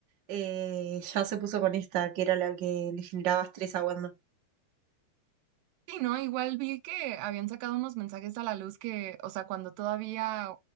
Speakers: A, on the right (about 60°); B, on the right (about 80°).
A: eh, ya se puso con esta, que era la que le generaba estrés a Wanda.
B: Sí, ¿no? Igual vi que habían sacado unos mensajes a la luz que, o sea, cuando todavía